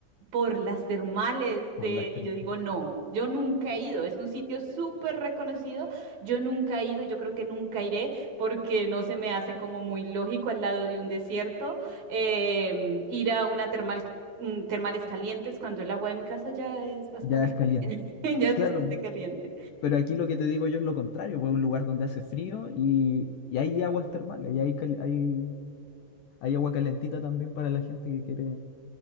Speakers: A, on the right (about 55°); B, on the left (about 70°).
A: por las termales de,
B: Por las termas.
A: y yo digo, no, yo nunca he ido, es un sitio súper reconocido, yo nunca he ido, yo creo que nunca iré porque no se me hace como muy lógico al lado de un desierto em, ir a una termal mm, termales calientes cuando el agua de mi casa ya es bastante
B: ya es caliente.
A: caliente, <laughs> ya es
B: Claro,
A: bastante caliente.
B: pero aquí lo que te digo yo es lo contrario, pues un lugar donde hace frío y, y hay aguas termales, y hay, cal- hay, hay agua calentita también para la gente que quiere,